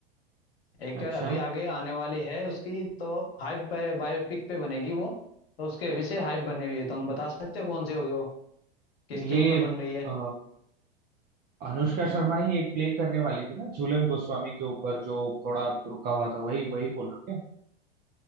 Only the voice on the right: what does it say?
अच्छा
ये
अ, अनुष्का शर्मा ही एक प्ले करने वाली थी ना झूलन गोस्वामी के ऊपर जो थोड़ा रुका हुआ था वही वही बोल रहे हो क्या